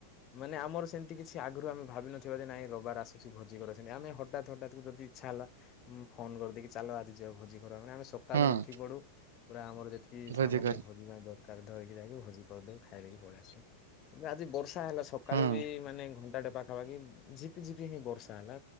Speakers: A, on the left; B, on the right.
A: ମାନେ ଆମର ସେମତି କିଛି ଆଗରୁ ଆମେ ଭାବିନ ନଥିବା ଯେ ନାଇଁ ରବାର ଆସୁଛି ଭୋଜି କର ସେମ ଆମେ ହଠାତ ହଠାତ୍ ଯଦି ଇଛା ଦ ହେଲା ମୁ ଫୋନ କରିଦେଇକି ଚାଲ ଆଜି ଯିବା ଭୋଜି ପୁରା ମାନେ ମାନେ ଆମେ ସକାଳୁ
B: ହୁଁ
A: ଉଠି ପଡୁ ପୁରା ଆମର ଯେତିକି
B: ଭୋଜି
A: ସାମଗ୍ରୀ
B: କରି
A: ଭୋଜିିପାଇଁ ଦରକାର ଧରିକି ଯାଇକି ଭୋଜି କରିଦଉ ଖାଇଦକି ପଳେଇ ଆସିବୁ କିନ୍ତୁ ଆଜି ବର୍ଷା ହେଲା ସକାଳୁ
B: ହୁଁ
A: ବି ମାନେ ଘଣ୍ଟାଟେ ପାଖାପାଖି ଝିପି ଝିପି ହିଁ ବର୍ଷା ହେଲା